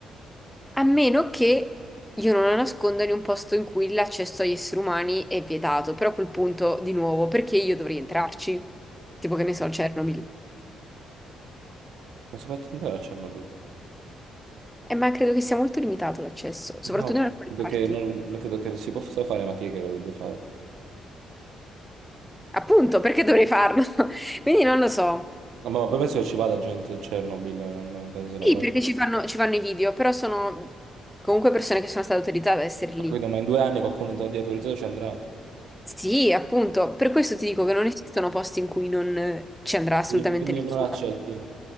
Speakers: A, in the centre; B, on the right (about 80°).
A: A meno che io non la nasconda in un posto in cui l'accesso agli esseri umani è vietato, però a quel punto, di nuovo, perché io dovrei entrarci? Tipo che ne so, Chernobyl.
B: Non si può entrare a Chernobyl.
A: Eh, ma credo che sia molto limitato l'accesso,
B: No,
A: soprattutto in alcune
B: credo
A: parti.
B: che non, non credo che lo si possa fare, ma chi è che lo dovrebbe fare?
A: Appunto, perché dovrei farlo? <laughs> Quindi non lo so.
B: No, ma poi penso che ci vada gente a Chernobyl, non non penso sia una
A: Sì,
B: buona...
A: perché ci fanno, ci fanno i video, però sono comunque persone che sono state autorizzate ad essere lì.
B: Ho capito, ma in due anni qualcuno di autorizzato ci andrà.
A: Sì, appunto, per questo ti dico che non esistono posti in cui non eh, ci andrà assolutamente
B: Quindi quindi
A: nessuno.
B: non accetti.